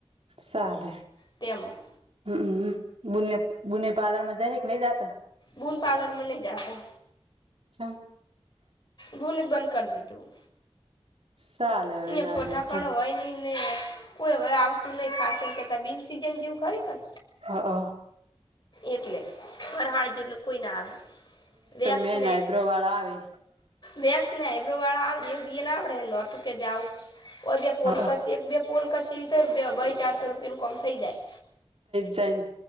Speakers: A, on the right; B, on the left.
A: સાલે
B: તેમાં
A: હમ બુનને બુને પાર્લરમાં જાય ક ની જાતા
B: બુન પાર્લરમાં ની જાતા
A: ચમ
B: બુને જ બંધ કર દીધું
A: ચાલે હવે
B: ઈયા
A: ના
B: પઠાકાણ
A: જાય ત
B: હોય નીને કોઈ હવે આવતું નહીં ખાશ એમ કેતા બિન સિઝન જેવું ખરી કર
A: હ અ
B: એટલે ફરહાળ જેટલું કોઈ ના આવે વેક્સ
A: બેન
B: ને
A: આઈબ્રો વાળા આવે
B: વેક્સ ને આઇબ્રો વાળા આવે જેવું દીએ ન આવડે એ નો તું કે જાવું ઓય બે પોલકસ
A: હ
B: એક બે પોલ કસ વી તોય બઈ ચારસો રૂપિયાનું કોમ થઈ જાય.
A: સેન